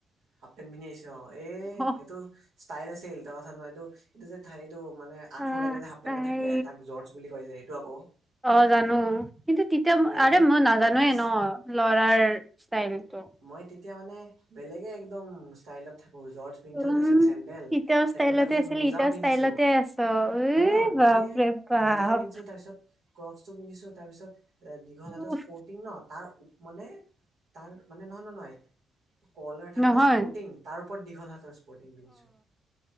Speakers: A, on the right; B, in the centre.
A: হাফ পেণ্ট পিন্ধি আহিছ অ', এ
B: অ
A: সেইটো ষ্টাইল আছিল এটা কথা নহয় এইটো, এইটো যে এইটো মানে। আঁঠু
B: আহ
A: লেকে যে হাফ পেণ্টটো
B: তাই
A: থাকে তাক জৰ্জ বুলি কয় যে সেইটো আকৌ।
B: অ', জানো। কিন্তু তেতিয়া
A: বেলেগ
B: আৰে মই নাজানোৱে
A: বেলেগ
B: ন লৰাৰ ষ্টাইলটো।
A: মই তেতিয়া মানে বেলেগে একদম ষ্টাইলত থাকোঁ জৰ্জ। পিন্ধো
B: উম
A: তাৰপিছত চেন্দেল,
B: এতিয়াও
A: চেন্দেল
B: ষ্টাইলতে
A: তাৰপিছত
B: আছিলি
A: মোজাও
B: এতিয়াও
A: পিন্ধিছো
B: ষ্টাইলতে আছ এই
A: শুন
B: বাপৰে
A: এই।
B: বাপ
A: মোজা পিন্ধছো তাৰপিছত। ক্ৰকচটো পিন্ধিচো তাৰপিছত দীঘল হাতৰ
B: উফ
A: স্পৰ্টিং ন তাৰ মানে। তাৰ মানে নহয়, নহয়, নহয়। কৰ্লাৰ থকা
B: নহয়
A: স্পৰ্টিং তাৰ ওপৰত দীঘল হাতৰ স্পৰ্টিং পিন্ধিছো।